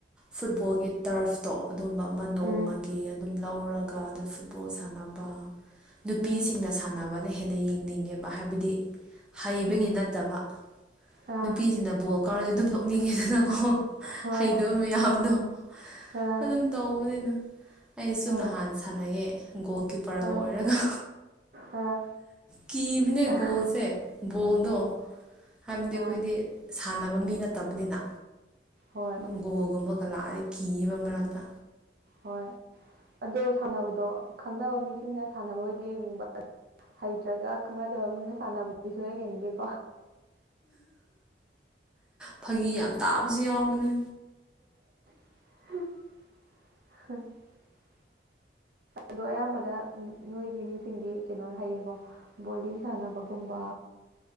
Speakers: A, in the centre; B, on the right (about 55°).
A: ꯐꯨꯠꯕꯣꯜꯒꯤ ꯇꯔꯐꯇꯣ ꯑꯗꯨꯝꯕ ꯑꯃ ꯅꯣꯡꯃꯒꯤ
B: ꯎꯝ
A: ꯑꯗꯨꯝ ꯂꯧꯔꯒ ꯑꯗ ꯐꯨꯠꯕꯣꯜ ꯁꯥꯟꯅꯕ ꯅꯨꯄꯤꯁꯤꯡꯅ
B: ꯎꯝ ꯎꯝ
A: ꯁꯥꯟꯅꯕꯅ ꯍ ꯍꯦꯟꯅ ꯌꯦꯡꯅꯤꯡꯉꯦꯕ ꯍꯥꯏꯕꯗꯤ ꯍꯩꯕꯒꯤ
B: ꯎꯝ
A: ꯅꯠꯇꯕ
B: ꯑꯥ
A: ꯅꯨꯄꯤꯁꯤꯅ ꯕꯣꯜ ꯀꯥꯔꯗꯤ ꯑꯗꯨꯝ ꯅꯣꯛꯅꯤꯡꯉꯤꯗꯅꯀꯣ
B: ꯍꯣꯏ
A: ꯍꯩꯇꯕ ꯃꯌꯥꯝꯗꯣ
B: ꯑꯥ
A: ꯑꯗꯨꯝ ꯇꯧꯕꯅꯤꯅ ꯑꯩꯁꯨ
B: ꯍꯣꯏ
A: ꯅꯍꯥꯟ ꯁꯥꯟꯅꯩꯑꯌꯦ ꯒꯣꯜ ꯀꯤꯞꯄꯔꯒ
B: ꯑꯥ
A: ꯑꯣꯏꯔꯒ
B: ꯑꯥ
A: ꯀꯕꯅꯦ
B: ꯑꯥ
A: ꯣꯜꯁꯦ ꯣꯜꯗꯣ ꯍꯥꯏꯕꯗꯤ
B: ꯑꯥ
A: ꯑꯩꯈꯣꯏꯗꯤ ꯁꯥꯟꯅꯕ ꯃꯤ ꯅꯠꯇꯕꯅꯤꯅ
B: ꯍꯣꯏ
A: ꯅꯣꯡꯒꯣꯜꯒꯨꯝꯕ ꯀꯂꯥꯗ ꯀꯤꯕ ꯃꯔꯛꯇ
B: ꯍꯣꯏ ꯑꯗꯣ ꯁꯥꯟꯅꯕꯗꯣ ꯈꯪꯅꯕ ꯃꯤꯁꯤꯡꯅ ꯁꯥꯟꯅꯕ ꯑꯣꯏꯗꯤ ꯌꯦꯡꯅꯤꯡꯕ ꯍꯩꯇ꯭ꯔꯒ ꯈꯪꯅꯗꯕ ꯃꯤꯅ ꯁꯥꯟꯅꯕꯗꯤꯁꯨ ꯂꯩꯒꯅꯤꯗꯦꯀꯣ
A: ꯐꯥꯒꯤ ꯌꯥꯝ ꯇꯥꯕꯁꯨ ꯌꯥꯎꯕꯅꯤ
B: <unintelligible> ꯑꯗꯣ ꯑꯌꯥꯝꯕꯗ ꯅꯣꯏꯒꯤ ꯃꯤꯁꯤꯡꯗꯤ ꯀꯩꯅꯣ ꯍꯩꯌꯦꯀꯣ ꯕꯣꯗꯤꯡ ꯁꯥꯟꯅꯕꯒꯨꯝꯕ